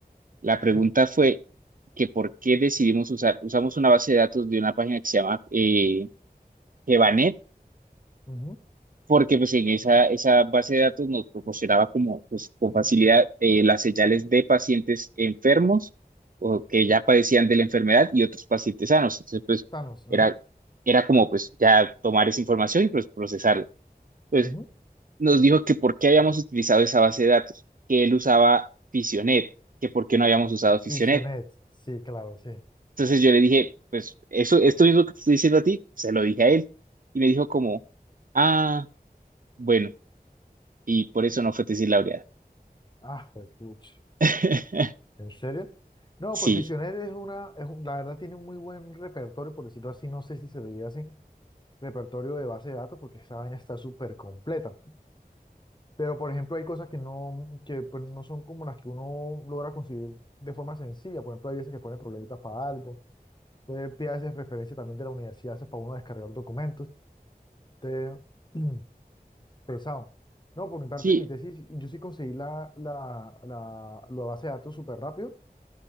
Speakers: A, on the right (about 60°); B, on the left (about 30°).
A: La pregunta
B: Sí.
A: fue que por qué decidimos usar, usamos una base de datos de una página que se llama eh, Evanet,
B: ujú.
A: porque pues en esa, esa base de datos nos proporcionaba como pues, con facilidad eh, las señales de pacientes enfermos o que ya padecían de la enfermedad y otros pacientes sanos. Entonces pues
B: Thanos,
A: era,
B: ajá.
A: era como pues ya tomar esa información y pues procesarla. Pues
B: ujú.
A: nos dijo que por qué habíamos utilizado esa base de datos, que él usaba Fisionet, que por qué no habíamos usado Fisionet.
B: Fisionet, sí, claro, sí.
A: Entonces yo le dije, pues eso, esto mismo que te estoy diciendo a ti, se lo dije a él. Y me dijo como, ah, bueno, y por eso no fue tesis laureada.
B: Ah, pues, puch.
A: <laughs>
B: ¿En serio? No, pues
A: Sí,
B: Fisionet es una, es un- la verdad tiene un muy buen repertorio, por decirlo así, no sé si se le diría así, repertorio de base de datos, porque esa vaina está súper completa. Pero, por ejemplo, hay cosas que no, que pues, no son como las que uno logra conseguir de forma sencilla. Por ejemplo, hay veces que ponen problemitas para algo. Usted hace referencia también de la universidad, eso es para uno descargar documentos. Usted, <clears throat> pesado. No, por mi parte,
A: sí,
B: en mi tesis, yo sí conseguí la, la, la, la base de datos súper rápido,